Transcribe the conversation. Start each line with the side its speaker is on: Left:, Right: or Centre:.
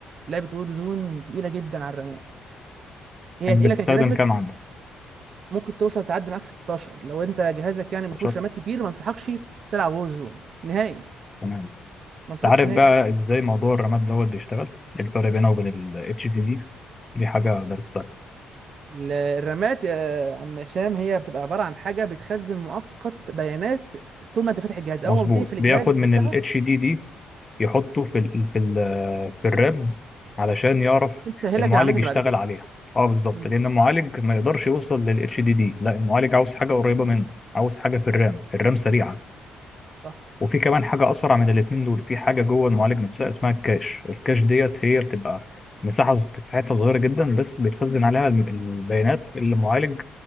Right: لعبه وورزون تقيله جدا على الرامات هي
Left: يعني
Right: تقيله
Left: بتستخدم
Right: كجرافيك
Left: كام عندك؟
Right: ممكن توصل تعدي معاك 16 لو انت جهازك يعني ما
Left: 10
Right: فيهوش رامات كتير ما انصحكش تلعب وورزون نهائي
Left: تمام أنت
Right: ما انصحكش
Left: عارف
Right: نهائي
Left: بقى
Right: تلعب
Left: إزاي موضوع الرامات دوت بيشتغل؟ إيه الفرق بينه وبين ال HDD دي دي؟ دي حاجة درستها
Right: ال- الرامات يا عم هشام هي بتبقى عباره عن حاجه بتخزن مؤقت بيانات طول ما انت فاتح الجهاز
Left: مظبوط
Right: اول ما بتقفل الجهاز
Left: بياخد
Right: وبتفتحه
Left: من ال HDD يحطه في ال في ال في الرام علشان يعرف
Right: بتسهلك
Left: المعالج
Right: العمليات اللي
Left: يشتغل
Right: بعد كده
Left: عليها اه بالظبط
Right: امم
Left: لأن المعالج ما يقدرش يوصل لل HDD لا المعالج عاوز حاجة قريبة منه عاوز حاجة في الرام الرام سريعة
Right: صح
Left: وفي كمان حاجة أسرع من الاتنين دول في حاجة جوه المعالج نفسها اسمها الكاش الكاش ديت هي بتبقى مساحة ز- مساحتها صغيرة جدا بس بتخزن عليها الم- البيانات اللي المعالج